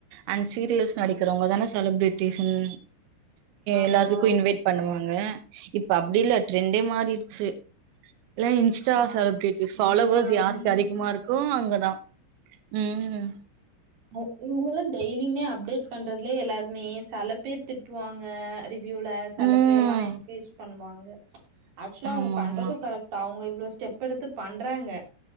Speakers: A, on the right; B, on the right.
A: அண்ட் சீரியல்ஸ் நடிக்கிறவங்கதான செலிபிரிட்டிஸ்னு
B: ஆமா
A: எல்லாத்துக்கும் இன்வைட் பண்ணுவாங்க இப்ப அப்படி இல்ல ட்ரெண்டே மாறிடுச்சு எல்லா இன்ஸ்டா
B: ஆமா
A: செலிபிரிட்டிஸ் ஃபாலோவர்ஸ்
B: ஆ
A: யாருக்கு
B: யூடியூபர்
A: அதிகமா இருக்கோ அவங்கதா உம்
B: அ இவங்களல்லா டெய்லியுமே அப்டேட் பண்றதுலே எல்லாருமே செல பேர் திட்டுவாங்க <unintelligible> வியூல செல
A: ம்
B: பேர்லா என்கரேஜ் பண்ணுவாங்க ஆக்சுவலா
A: ஆமா
B: அவங்க பண்றதும்
A: ஆமா
B: கரெக்ட் அவங்க இவ்வளோ ஸ்டெப் எடுத்து பண்றாங்க